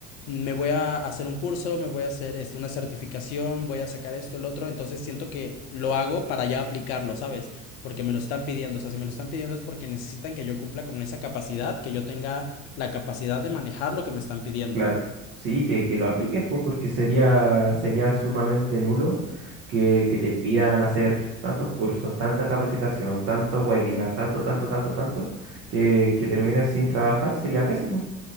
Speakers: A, on the left; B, on the right.
A: me voy a hacer un curso, me voy a hacer este, una certificación, voy a sacar esto, el otro, entonces siento que lo hago para ya aplicarlo, ¿sabes? Porque me lo están pidiendo, o sea, si me lo están pidiendo es porque necesitan que yo cumpla con esa capacidad, que yo tenga la capacidad de manejar lo que me están pidiendo.
B: Claro. Sí, que, que lo apliques, pues, porque sería, sería sumamente nulo que, que te pidan hacer tantos cursos, tanta capacitación, tanto webinar, tanto, tanto, tanto, tanto, que, que termines sin trabajar, sería pésimo.